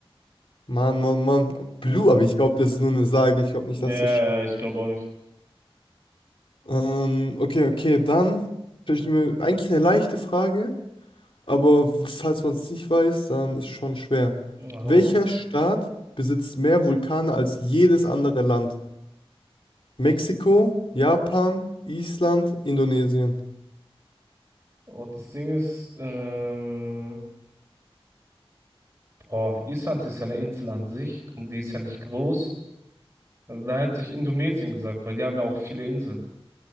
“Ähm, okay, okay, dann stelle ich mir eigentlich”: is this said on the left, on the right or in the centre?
Left